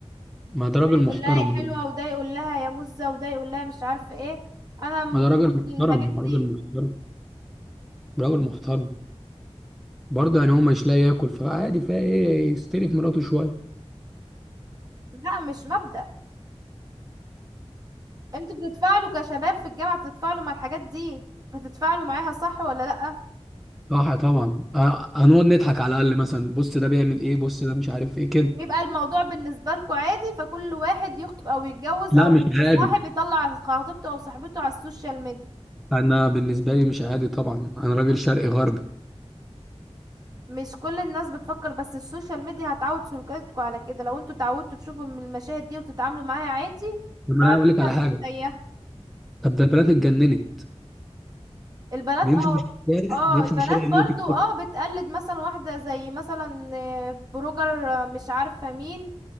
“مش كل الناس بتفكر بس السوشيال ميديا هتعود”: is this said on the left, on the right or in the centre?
Right